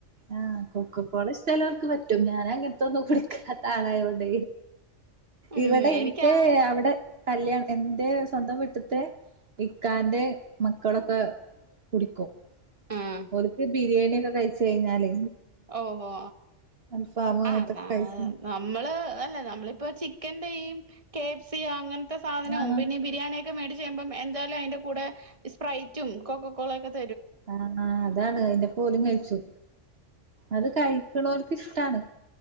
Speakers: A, on the right; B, on the right.
A: ആഹ് കൊക്ക കോള ഇഷ്ട്ടം ഉള്ളോർക്ക് പറ്റും ഞാൻ അങ്ങനത്ത ഒന്നും കൂടി അ താളായതൊണ്ട്
B: ഉം
A: ഇവിടെ
B: എനിക്കാ
A: ഇന്റെ അവിടെ കല്യാണം എൻന്റെ സ്വന്തം വിട്ടത്തെ ഇക്കാന്റെ മക്കളൊക്കെ കുടിക്കും
B: ആഹ്
A: അവർക്ക് ബിരിയാണി ഒക്കെ കഴിച്ച കഴിഞ്ഞാല്
B: ഓഹോ
A: അൽഫാമ് അങ്ങനത്തൊക്കെ
B: ആ
A: കഴിച്ച്
B: നമ്മള് നമ്മളിപ്പോ ചിക്കൻ കഫ്‌സി അങ്ങനത്തെ സാധനന്നെ
A: ആഹ്
B: ബിയാണ മായിട്ട് ചെയുമ്പോ എന്തായാലും അതിന്റെ കൂടെ സ്പ്രൈറ്റും കോക്കോക്കെലക്കും
A: ആഹ അതാണ് അതിന്റെ പോലും കഴിച്ചു അത് കഴിക്കണവർക്ക് ഇഷ്ടാണ്